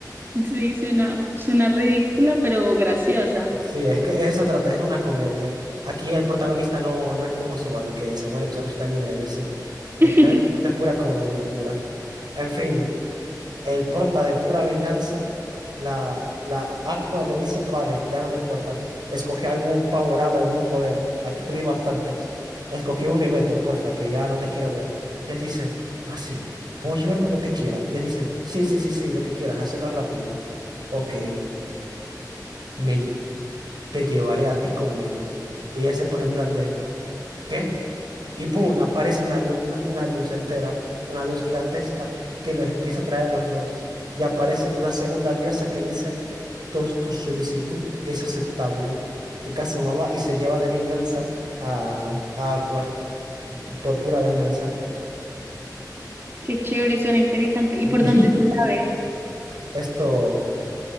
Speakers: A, on the right; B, on the right.
A: Sí, suena, suena ridícula, pero graciosa.
B: Sí, es que eso trata, es una comedia. Aquí el protagonista no, no es como Subaru, que se muere chorros también de veces. Esto
A: <laughs>
B: es, esto es pura comedia, pura. En fin. El prota de pura venganza, la, la Aqua le dice, vale, ya no me importas. Escoge algún power up, algún poder. Aquí te di bastantes. Escogí uno y vete, porfa, que ya no te quiero ver. Y él dice, ah, sí, puedo llevarme lo que quiera. Y él dice, sí, sí, sí, sí, lo que quieras, hazlo rápido. Ok, me, te llevaré a ti conmigo. Y ella se pone en plan de... ¿Qué? Y ¡boom! aparece una luz, una, una luz entera, una luz gigantesca que los empieza a traer a los dos. Y aparece una segunda diosa que dice, tu, tu solicitud es aceptable. Y Kazuma va y se lleva de venganza a, a Aqua, por pura venganza.
A: Qué chévere, suena interesante. ¿Y
B: <laughs>
A: por dónde te la ves?
B: Esto